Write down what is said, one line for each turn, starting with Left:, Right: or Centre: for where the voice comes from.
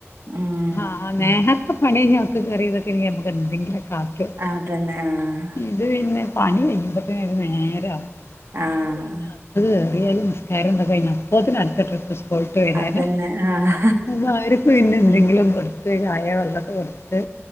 Right: ഉം
Left: ആ നേഹ ഇപ്പ പണികഴിഞ്ഞ് അകത്ത് കേറിയതൊക്കെ ആണെങ്കി നമുക്ക് എന്തെങ്കിലൊക്കെ ആക്കിയൊക്കെ
Right: അതന്നെ ആഹ്
Left: ഇത് പിന്നെ പണി കയ്യൂമ്പോത്തിന് ഒരു നേരാവും
Right: ആഹ്
Left: ഇങ്ങള്തു കഴിഞ്ഞോ <unintelligible> <unintelligible> നിസ്കാരം ഒക്കെ കയിഞ്ഞു അപ്പോത്തിനു അടുത്ത ട്രിപ്പ്‌ സ്കൂൾ പോയിട്ട് വരാനാ
Right: അതന്നെ ആഹ്
Left: <unintelligible>
Right: ഉം
Left: <unintelligible> കൊടുത്ത് ചാ വെള്ളക്കെ കൊടുത്ത്